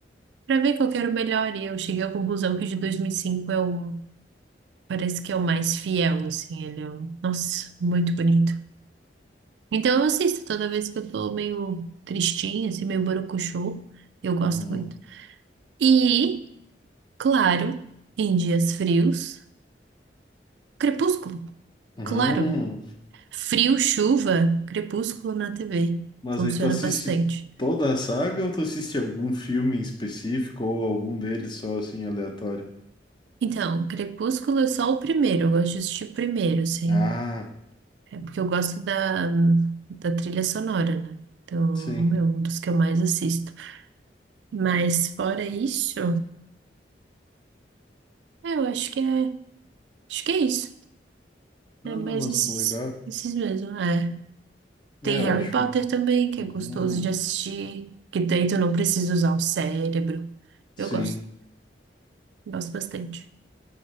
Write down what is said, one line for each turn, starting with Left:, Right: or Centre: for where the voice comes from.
Right: pra ver qual que era o melhor, e eu cheguei à conclusão que o de 2005 é o. Parece que é o mais fiel, assim, ele é um... Nossa, muito bonito. Então eu assisto toda vez que eu tô meio tristinha, assim, meio borocochô. Eu gosto
Left: Uhum.
Right: muito. E, claro, em dias frios, crepúsculo.
Left: Uhum.
Right: Claro. Frio, chuva, crepúsculo na TV.
Left: Mas
Right: Funciona
Left: aí tu assiste
Right: bastante.
Left: toda a saga ou tu assiste algum filme em específico ou algum deles só assim aleatório?
Right: Então, crepúsculo é só o primeiro. Eu gosto de assistir o primeiro, assim.
Left: Ah,
Right: É porque eu gosto da, da trilha sonora, né? Então,
Left: sim.
Right: é um dos que eu mais assisto. Mas fora isso, é, eu acho que é, acho que é isso.
Left: Ah,
Right: É mais
Left: mas
Right: esses,
Left: legal.
Right: esses mesmo, é. Tem
Left: É,
Right: Harry
Left: eu acho
Right: Potter
Left: muito.
Right: também, que
Left: Hum,
Right: é gostoso de assistir, que daí tu não precisa usar o cérebro.
Left: sim.
Right: Eu gosto, gosto bastante.